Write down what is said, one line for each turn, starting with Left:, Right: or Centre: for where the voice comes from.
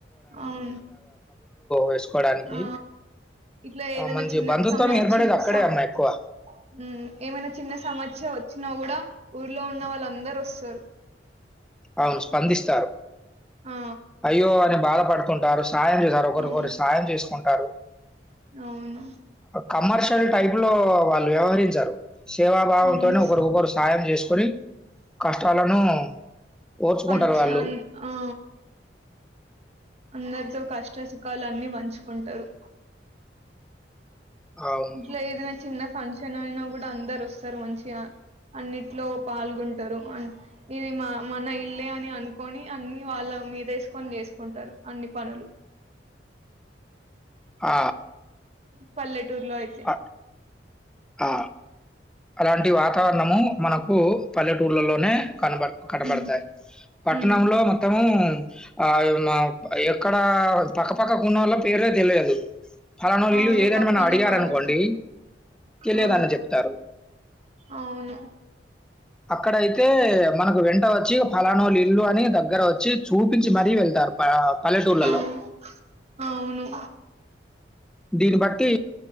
Right: అవును
Centre: వేసుకోవడానికి,
Right: ఆ ఇట్లా ఏదైనా
Centre: ఆహ్, మంచి
Right: చిన్న
Centre: బంధుత్వం
Right: సమయం
Centre: ఏర్పడేది
Right: వచ్చిన
Centre: అక్కడే అమ్మా ఎక్కువ.
Right: <unintelligible> ఏమైనా చిన్న సమస్య వచ్చినా కూడా ఊర్లో ఉన్న వాళ్ళందరూ సరూ
Centre: ఆవును స్పందిస్తారు
Right: ఆ
Centre: అయ్యో అని బాధపడుతుంటారు సాయం చేశారు ఒకరికొకరు
Right: అవును
Centre: సాయం చేసుకుంటారు
Right: అవును
Centre: కమర్షియల్ టైప్ లో వాళ్ళు వ్యవహరించారు సేవాభావంతోనే
Right: అవును
Centre: ఒకరికొకరు సాయం చేసుకొని కష్టాలను ఓర్చుకుంటారు
Right: పంచ
Centre: వాళ్ళు.
Right: అన్ ఆ అందరితో కష్ట సు కలన్నీ పంచుకుంటారు
Centre: అవును.
Right: ఇంట్లో ఏదైనా చిన్న ఫంక్షన్ అయిన గూడా అందరు వస్తారు మంచిగా అన్నిట్లో పాల్గొంటారు ఇది మ మన ఇల్లే అని అనుకొని అన్ని వాళ్ళ మీద వేసుకొని చేసుకుంటారు అన్ని పనులు
Centre: ఆ
Right: పల్లె టూర్ లో అయితే
Centre: అ ఆ! అలాంటి వాతావరణము మనకు పల్లె టూర్లలోనే కనబ కనబడతాయ్
Right: హ్మ్.
Centre: పట్టణంలో
Right: హ్మ్.
Centre: మొత్తము అ నా ఎక్కడ పక్కపక్క ఉన్నోళ్లు పేర్లే తెలియదు ఫలానోళ్లు
Right: అవును.
Centre: ఇల్లు ఏదని
Right: పక్కన
Centre: మనం అడిగారనుకోండి
Right: వాళ్ళతో
Centre: తెలియదని
Right: ఆ!
Centre: చెప్తారు
Right: అవును
Centre: అక్కడ అయి తే మనకు వెంట వచ్చి ఫలానోళ్లు ఇల్లు అని దగ్గర వచ్చి చూపించి మరీ వెళ్తారు ప పల్లెటూర్లలో
Right: అవును. అవును.
Centre: దీన్నిబట్టి